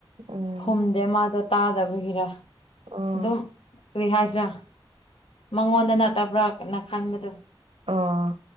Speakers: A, on the right; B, on the left.
A: ꯎꯝ
B: ꯈꯨꯝꯗꯦ ꯃꯥꯗꯣ ꯇꯥꯗꯕꯒꯤꯔ
A: ꯑꯣ
B: ꯑꯗꯨꯝ ꯀꯔꯤ ꯍꯥꯏꯁ꯭ꯔꯥ ꯃꯉꯣꯟꯗ ꯅꯠꯇꯕ꯭ꯔꯥꯅ ꯈꯟꯕꯗꯨꯣ
A: ꯑ